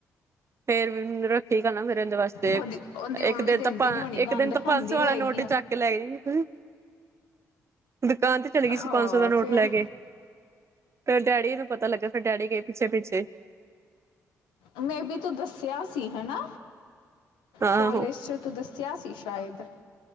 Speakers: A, on the right; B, on the left.
A: ਫੇਰ ਵੀ ਮੇਰਾ। ਠੀਕ ਗੱਲ ਨਾ ਮੇਰੇ ਇਂਹਦੇ ਵਾਸਤੇ,
B: ਉਹਦੀ ਉਹਦੀ ਮੰਮੀ
A: ਇੱਕ ਦਿਨ
B: ਦਿੰਦੀ
A: ਤਾਂ ਪੰ
B: ਨਹੀਂ ਹੋਣੀ
A: ਇੱਕ
B: ਗੰਦ
A: ਦਿਨ ਤਾਂ
B: ਖਾਂਦੀ
A: ਪੰਜਸੋ ਵਾਲਾ
B: ਹੋਏਗੀ
A: ਨੋਟ ਚੱਕ ਕਿ ਲੈਂ ਗ। ਦੁਕਾਨ ਤੇ ਚਲੀ ਗਈ ਸੀ
B: ਹਾਂ
A: ਪੰਜ ਸੌ ਦਾ ਨੋਟ
B: ਫਿਰ
A: ਲੈ ਕੇ। ਫਿਰ ਡੈੱਡੀ ਨੂੰ ਪਤਾ ਲੱਗਿਆ, ਫਿਰ ਡੈੱਡੀ ਗਏ ਪਿੱਛੇ-ਪਿੱਛੇ।
B: ਮੇ ਬੀ ਤੂੰ ਦੱਸਿਆ ਸੀ ਹੈਨਾ,
A: ਆਹੋ
B: ਕਾਲਜ 'ਚ ਤੂੰ ਦੱਸ। ਕਿਹਾ ਸੀ ਸ਼ਾਇਦ